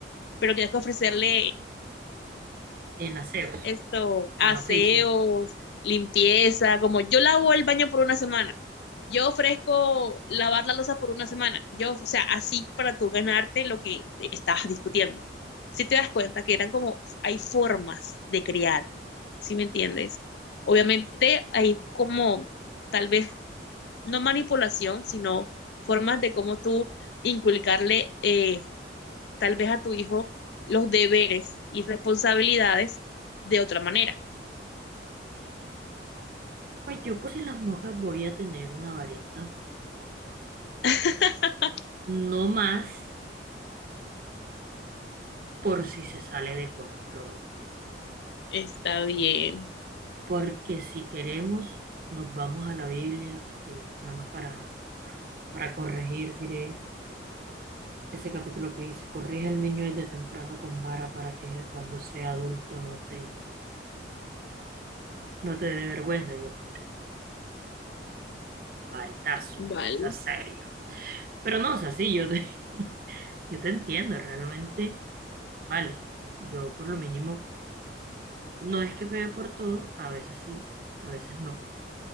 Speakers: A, on the left; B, on the right.
A: pero tienes que ofrecerle
B: En aseos,
A: esto, aseos,
B: en oficio.
A: limpieza, como yo lavo el baño por una semana, yo ofrezco lavar la losa por una semana, yo, o sea, así para tú ganarte lo que estás discutiendo. Si te das cuenta que eran como, hay formas de criar, ¿sí me entiendes? Obviamente hay como, tal vez, no manipulación, sino formas de cómo tú inculcarle eh, tal vez a tu hijo los deberes y responsabilidades de otra manera.
B: Pues yo por si las moscas voy a tener una varita.
A: <laughs>
B: No más por si se sale de control.
A: Está bien,
B: Porque si queremos, nos vamos a la Biblia, porque nada más para, para corregir, diré. Ese capítulo que dice, corrige al niño desde temprano con vara para que cuando sea adulto no te, no te dé vergüenza. Yo, varitazo,
A: vale.
B: para que seas serio. Pero no, o sea, sí, yo te, <laughs> yo te entiendo, realmente, vale, yo por lo mínimo, no es que pegue por todo, a veces sí, a veces no,